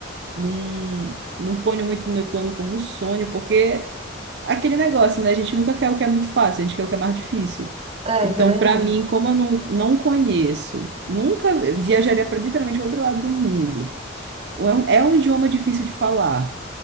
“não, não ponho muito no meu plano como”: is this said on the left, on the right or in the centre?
Right